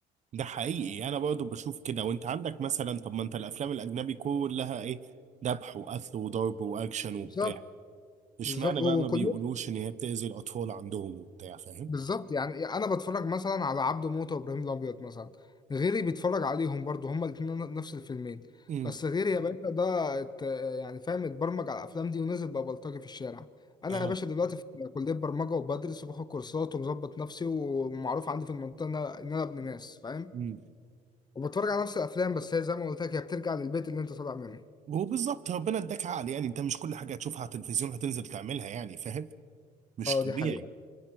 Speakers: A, on the right; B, on the left.
A: ده حقيقي يعني انا برضو بشوف كده وانت عندك مثلا طب ما انت الافلام الاجنبي كلها ايه ذبح وقتل وضرب واكشن وبتاع
B: بسبب
A: اشمعنى
B: بالظبط وكل
A: بقى ما بيقولوش ان هي بتأذي الاطفال عندهم وبتاع فاهم
B: بالظبط يعني انا بتفرج مثلا على عبده موته وابراهيم الابيض مثلا غيري بيتفرج عليهم برضو هما الاثنين نفس الفيلمين
A: امم
B: بس غيري يا باشا ده ات- يعني فاهم اتبرمج على الافلام دي ونزل بقى بلطجي في الشارع انا
A: اه
B: يا باشا دلوقتي في كليه برمجه وبدرس وباخد كورسات ومظبط نفسي ومعروف عندي في المنطقه ان انا إن أنا ابن ناس فاهم
A: امم
B: وبتفرج على نفس الافلام بس هي زي ما قلت لك هي بترجع للبيت اللي انت طالع منه
A: وبالظبط ربنا اداك عقل يعني انت مش كل حاجة هتشوفها على التلفزيون هتنزل تعملها يعني فاهم مش
B: اه دي
A: طبيعي
B: حقيقه